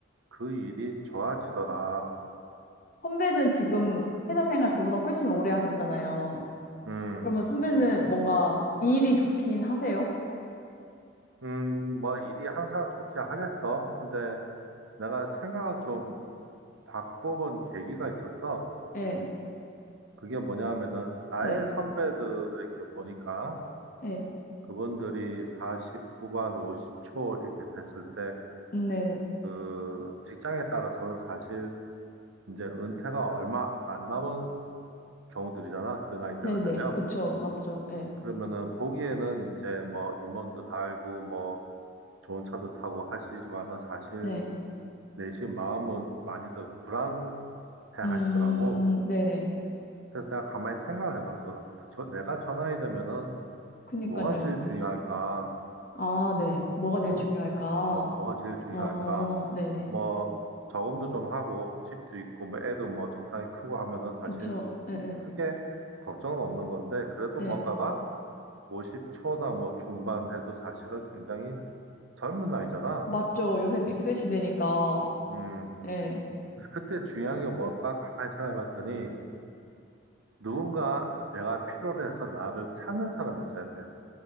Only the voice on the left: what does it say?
선배는 지금 회사 생활 저보다 훨씬 오래 하셨잖아요.
그러면 선배는 뭔가 일이 좋긴 하세요?
네,
네,
네,
음, 네네.
네네.
그쵸. 맞죠. 네,
네.
음, 네네.
그니까요.
아, 네. 뭐가 제일
중요할까?
어, 네네.
그쵸. 예, 예,
예.
맞죠. 요새 100세 시대니까.
예.